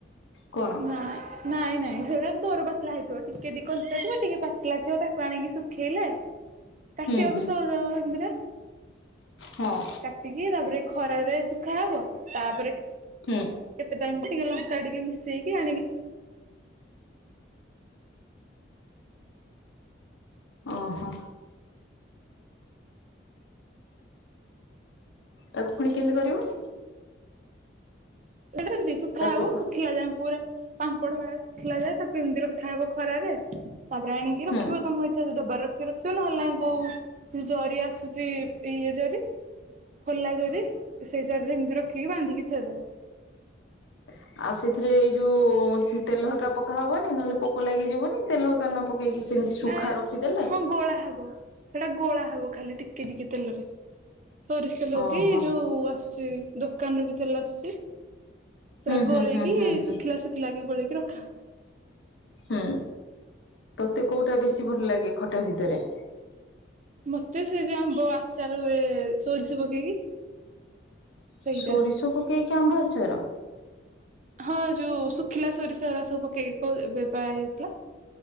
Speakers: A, on the left; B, on the right.
A: କଣ
B: ନାଁ ନାଇଁ ନାଇ ସେଇଟା ଦର ପା ଚିଲା ହେଇଥିବ ଟିକେ ଟିକେ କଞ୍ଚା ଥିବ ଟିକେ ପାଚିଲା ଥିବ ତାକୁ ଆଣିକି ଶୁଖେଇଲେ କଟିିବାକୁ
A: ହୁଁ ହୁଁ
B: ସହଜ ହେବ ହେମିତିରେ।
A: ହଁ।
B: କାଟିକି ତାପରେ ଖରରେ ଶୁଖା ହବ ତାପରେ।
A: ହୁଁ।
B: କେତେ ଟାଇମ୍ ଟିକେ ଲଙ୍କା ଟିକେ ମିଶେଇକି ଆଣିକି
A: ଓହୋ। ତାକୁ ପୁଣି କେମିତି କରିବ?
B: ଏଟନ୍ତି ସୁଖା
A: ତାକୁ
B: ହବ ସୁଖିଲା ଯାଏଁ ପୁ ପାମ୍ପଡ ଭଳିଆ ଶୁଖିଲା ଯାଏ ତାକୁ ଏମିତି ରଖାହବ ଖରାରେ ତାପରେ ଆଣିକି
A: ହୁଁ
B: ରଖିବ ତମ ଇଚ୍ଛା ଡ଼ବାର ଲକ୍ଷ ରଖିବ ନହେଲେ ନାହିଁ କୋଉ ଯ ଜରି ଆସୁଛି ଏଇ ଜରି ଖୋଲା ଜୋରି ସେଇ ଜରିରେ ଏମିତି ରଖିକି ବାନ୍ଧିକି ଥୋଇଦବ।
A: ହ ଆଉ ସେଥିରେ ଏଇ ଯୋଉ ତେଲ ହେକା ପକା ହବନି ନହେଲେ ପୋକ ଲାଗିଯିବନି ତେଲ ହେକା ନ ପକେଇକି? ସେମିତି ଶୁଖା
B: ନାଇ
A: ରଖିଦେଲେ
B: ହଁ ଗୋଳା ହବ ସେଟା ଗୋଳା ହବ ଖାଲି ଟିକେ ଟିକେ ତେଲରେ। ସରିଷଲ
A: ଓହୋ
B: କି ଯୋଉ ଆସୁଛି ଦୋକାନରୁୁ ବି ତେଲ ଆସୁଛି। ପୁରା
A: ହୁଁ ହୁଁ
B: ଗୋଳେଇକି
A: ହୁଁ ହୁଁ ହୁଁ
B: ଶୁଖିଲା ଶୁଖିଲା କି ଗୋଳେଇ କି ରଖାହବ।
A: ହୁଁ ତତେ କୋଉଟା ବେଶୀ ଭଲ ଲାଗେ ଖଟା ଭିତରେ?
B: ମତେ ସେ ଯୋଉ ଆମ୍ବ ଆଚାର ସୋଜିଷ ପକେଇକି। ସେଇଟା
A: ସୋରିଷ ପକେଇକି ଆମ୍ଭ ଆଚାର?
B: ହଁ ଯୋଉ ଶୁଖିଲା ସୋରିଷ ହୋ ସବୁ ପକେଇକି କ ଏବେପା ହୋଇଥିଲା।